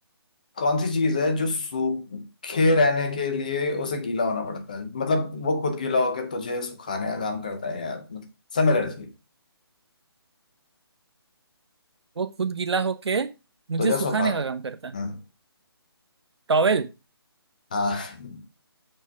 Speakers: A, on the left (about 20°); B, on the right (about 85°).
A: कौन सी चीज है जो सूखे रहने के लिए उसे गीला होना पड़ता है मतलब वो खुद गीला होकर तुझे सुखाने का काम करता है या मतलब सिमिलर चीज
B: वो खुद गीला होके मुझे
A: तुझे
B: सुखाने
A: सुखाता
B: का काम
A: है
B: करता है
A: हम्म,
B: टॉवेल
A: हाँ <laughs>